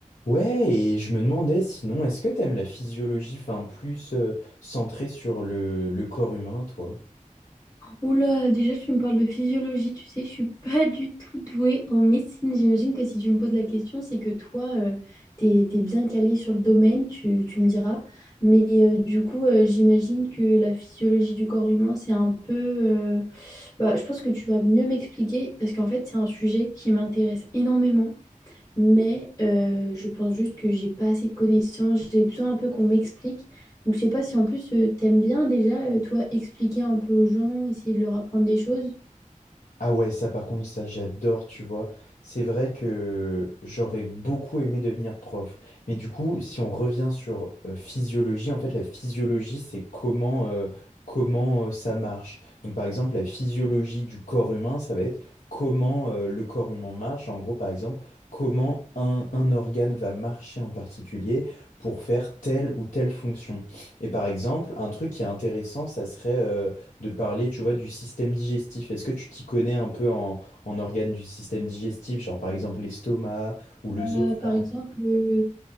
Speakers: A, on the left; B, on the left.
A: Ouais, et je me demandais sinon, est-ce que t'aimes la physiologie, enfin plus euh, centrée sur le, le corps humain, toi?
B: Oula, déjà tu me parles de physiologie, tu sais, je suis pas du tout douée en médecine. J'imagine que si tu me poses la question, c'est que toi, euh, t'es, t'es bien calée sur le domaine, tu, tu me diras. Mais euh, du coup, euh, j'imagine que la physiologie du corps humain, c'est un peu... euh, Bah, je pense que tu vas mieux m'expliquer parce qu'en fait, c'est un sujet qui m'intéresse énormément mais euh, je pense juste que j'ai pas assez de connaissances, j'ai besoin un peu qu'on m'explique. Donc je sais pas si en plus euh, t'aimes bien déjà, euh, toi, expliquer un peu aux gens, essayer de leur apprendre des choses.
A: Ah ouais, ça par contre, ça j'adore, tu vois. C'est vrai que j'aurais beaucoup aimé devenir prof. Mais du coup, si on revient sur euh, physiologie, en fait, la physiologie, c'est comment, euh, comment euh, ça marche. Donc par exemple, la physiologie du corps humain, ça va être comment euh, le corps humain marche. En gros, par exemple, comment un, un organe va marcher en particulier pour faire telle ou telle fonction. Et par exemple, un truc qui est intéressant, ça serait de parler, tu vois, du système digestif. Est-ce que tu t'y connais un peu en, en organes du système digestif, genre par exemple l'estomac ou l'œsophage?
B: Euh, par exemple, euh,